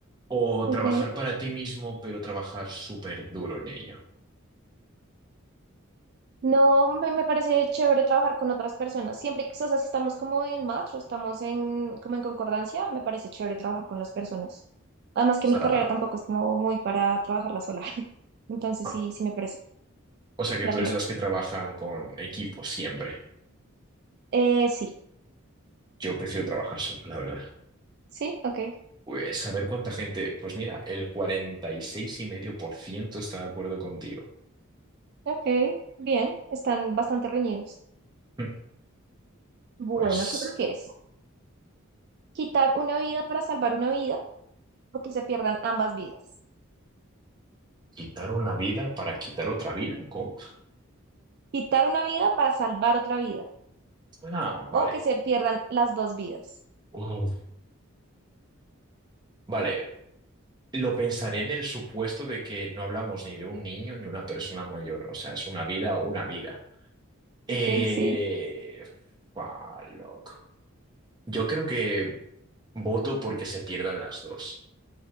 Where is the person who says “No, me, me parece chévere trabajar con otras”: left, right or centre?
Right